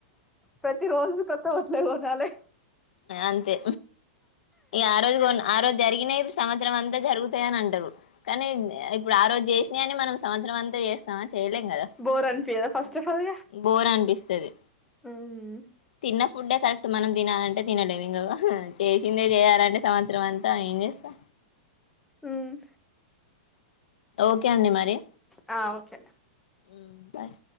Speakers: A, in the centre; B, on the left.
A: ప్రతి రోజు కొత్త బట్టలే కొన్నాాలే
B: అంతే ఈ ఆ రోజు కొ ఆ రోజు జరిగినావి సంవత్సరం అంతా జరుగుతాయని అంటారు కానీ ఇప్పుడు ఆ రోజు చేసినా అని మనం సంవత్సరం అంతా చేస్తామా చేయలేం కదా
A: బోర్ అనిపియదా ఫస్ట్ ఆఫ్ ఆల్
B: బోర్ అనిపిస్తుది
A: గా
B: తిన్న ఫుడ్డే కరెక్ట్ మనం తినాలంటే తినలేము ఇంకా చేసిందే చేయాలంటే సంవత్సరం అం తా ఏం చేస్తా
A: ఉమ్
B: ఓకే అండి మరి
A: ఆ ఓకే
B: ఉమ్ బాయ్